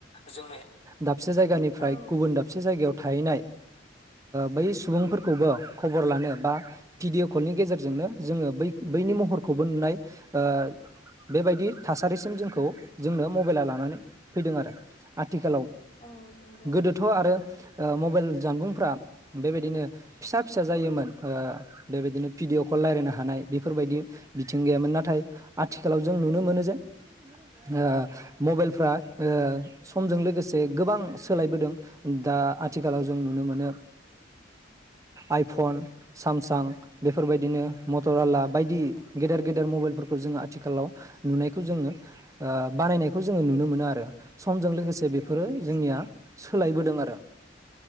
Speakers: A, on the left; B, on the right.
A: जोंनि
B: दाबसे जायगानिफ्राय
A: औ
B: गुबुन दाबसे जायगायाव थाहैनाय बै सुबुंफोरखौबो खबर लानो बा भिडिअ' कलनि गेजेरजोंनो जोङो बै बैनि महरखौबो नुनाय ओ बेबायदि थासारिसिम जोंखौ जोंनो मबाइला लानानै फैदों आरो आथिखालाव
A: औ नंगौ
B: गोदोथ' आरो मबाइल जानबुंफ्रा बेबायदिनो फिसा फिसा जायोमोन ओ बेबायदिनो भिडिअ' कल रायलायनो हानाय बेफोरबायदि बिथिं गैयामोन नाथाय आथिखालाव जों नुनो मोनो जे ओ मबाइलफ्रा ओ समजों लोगोसे गोबां सोलायबोदों दा आथिखालाव जों नुनो मोनो आइफन सामसां बेफोरबायदिनो मटर आला बायदि गेदेर गेदेर मबाइलफोरखौ जोङो आथिखालाव नुनायखौ जोङो ओ बानायनायखौ जोङो नुनो मोनो आरो समजों लोगोसे बेफोरो
A: औ नंगौ
B: जोंनिया सोलायबोदों आरो